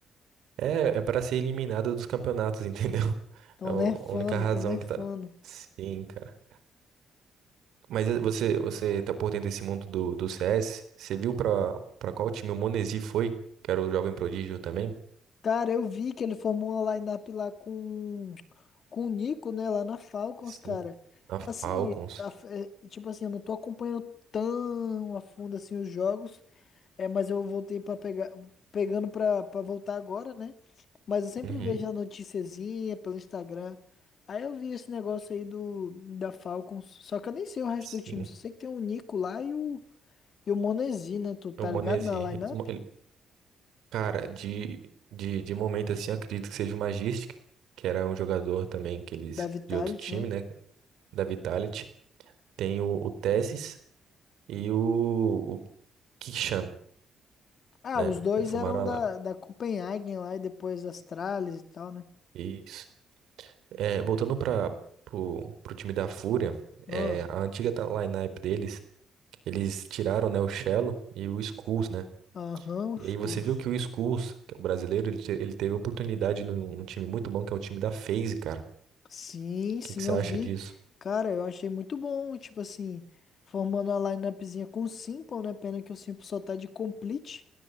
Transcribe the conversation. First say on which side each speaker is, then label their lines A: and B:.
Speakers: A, on the right; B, on the left.
A: É, é para ser eliminado dos campeonatos, <laughs> entendeu?
B: Tão
A: É a
B: nerfando,
A: única razão
B: tão nerfando.
A: que tá. Sim, cara. Mas eh, você, você tá por dentro desse mundo do, do CS? Você viu pra, pra qual time o Monesi foi? Que era o jovem prodígio também?
B: Cara, eu vi que ele formou uma lineup lá com, com o Nico, né? Lá na Falcons,
A: Sim.
B: cara.
A: Na
B: Assim,
A: Falcons.
B: a- é, tipo assim, eu não tô acompanhando tão a fundo assim os jogos. É, mas eu voltei para pegar, pegando pra, pra voltar agora, né? Mas eu sempre
A: Uhum.
B: vejo a noticiazinha pelo Instagram. Aí eu vi esse negócio aí do, da Falcons. Só que eu nem sei o resto
A: Sim.
B: do time. Só sei que tem o Nico lá e o, e o Monesi, né? Tu tá
A: É o Monesi.
B: ligado na lineup
A: Eles mo- ele- Cara, de, de, de momento assim, eu acredito que seja o Magistic, que era um jogador também que eles,
B: da Vitality,
A: de outro time,
B: né?
A: né? Da Vitality. Tem o, o Tessis e o, o Kishan,
B: Ah,
A: né?
B: os dois
A: Reformaram
B: eram da,
A: lá.
B: da Copenhagen lá e depois das Astralis e tal, né?
A: Isso. É, voltando para pro, pro time da Fúria, é,
B: Ó,
A: a antiga ta- up deles, eles tiraram, né, o Chelo e o Skulls, né?
B: Aham, os
A: E aí
B: cursos.
A: você viu que o Skulls, que é o brasileiro, ele, te- ele teve oportunidade num, num time muito bom, que é o time da FaZe, cara.
B: Sim,
A: O
B: sim,
A: que, que você
B: eu
A: acha
B: vi.
A: disso?
B: Cara, eu achei muito bom, tipo assim, formando a lineupzinha com o Simple, né? Pena que o Simple só tá de complete.